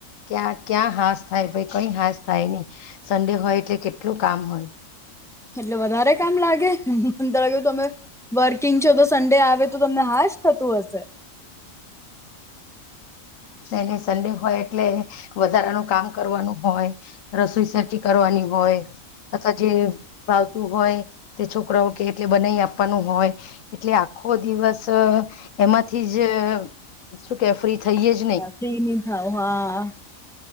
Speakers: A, on the left (about 70°); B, in the centre.
A: ક્યાં, ક્યાં હાસ થાય ભાઈ કઈ હાસ થાય નઈ સંન્ડે હોય, એટલે કેટલું કામ હોય.
B: એટલે વધારે, કામ લાગે મ તમે વર્કિંગ છો તો સડે આવે તો તમને હશ થતુ, હશે
A: એને સડે હોય, એટલે વધારાનું કામ કરવાનું હોય રસોઈ સટી કરવાની હોય, અથવા જે ભાવતું હોય તે છોકરાઓ, કે એટલે બનાઈ આપવાનું હોય એટલે આખો દિવસ એમાંથી જ શુ, કે ફરી થઈ.
B: ફ્રી ન થાવ હા